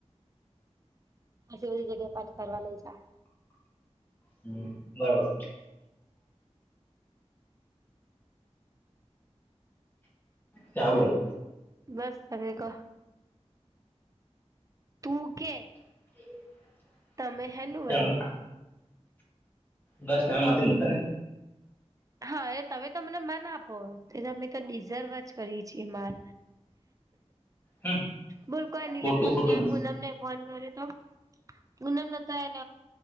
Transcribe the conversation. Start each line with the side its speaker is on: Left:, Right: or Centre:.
Right: આટલી બધી જગ્યાએ, પાર્થ ફરવા લઈ જાહે.
Left: હમ, બરોબર ત્યા બોલો
Right: બસ તમે કો, તુ કે
Left: <inaudible>
Right: તમે હેનું
Left: ચાલ
Right: વડી
Left: બસ તમે મારથી મોટા ને
Right: હા એ તમે તો મને માન આપો એ અમે તો ડિઝર્વ જ કરી છી માન,
Left: હમ
Right: બોલ કોઈ ની
Left: ખોટું
Right: લયા પુણ્યા
Left: ખોટું
Right: પૂનમ ને ફોન કર્ય તો પૂનમને તો હેન